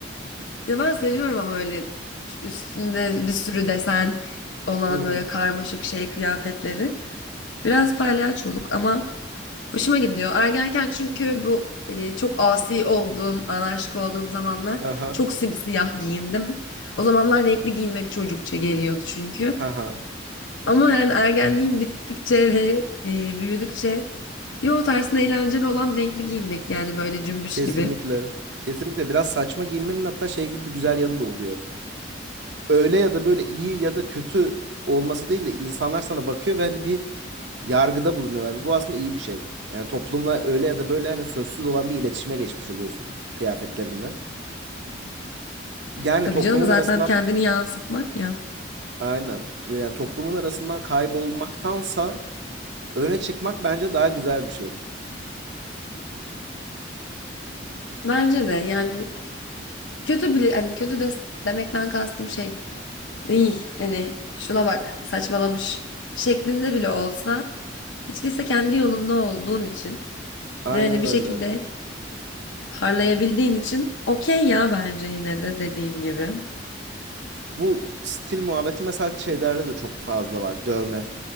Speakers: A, on the left; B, on the right.
A: Ya ben seviyorum ama öyle üstünde bir sürü desen olan
B: Hı hı.
A: böyle karmaşık şey kıyafetleri. Biraz palyaçoluk ama Hoşuma gidiyor. Ergenken çünkü bu e, çok asi olduğum, anarşik olduğum zamanlar
B: Aha.
A: çok simsiyah giyindim. O zamanlar renkli giyinmek çocukça geliyordu çünkü.
B: Aha.
A: Ama yani ergenliğim bittikçe ve e, büyüdükçe yo tersine eğlenceli olan renkli giyinmek yani böyle cümbüş
B: Kesinlikle.
A: gibi.
B: Kesinlikle biraz saçma giyinmenin hatta şey gibi bir güzel yanı da oluyor. Öyle ya da böyle iyi ya da kötü olması değil de insanlar sana bakıyor ve hani bir yargıda bulunuyorlar. Ve bu aslında iyi bir şey. Yani toplumla öyle ya da böyle hani sözsüz olan bir iletişime geçmiş oluyorsun kıyafetlerinde. Yani
A: Tabii
B: toplumun
A: canım zaten
B: arasından
A: kendini yansıtmak ya.
B: aynen. Yani toplumun arasından kaybolmaktansa öne çıkmak bence daha güzel bir şey.
A: Bence de yani kötü bile hani kötü de demekten kastım şey İyi hani şuna bak saçmalamış şeklinde bile olsa hiç değilse kendi yolunda olduğun için
B: Aynen
A: ve hani bir
B: öyle.
A: şekilde parlayabildiğin için okey ya bence yine de dediğin gibi.
B: Bu stil muhabbeti mesela şeylerde de çok fazla var. Dövme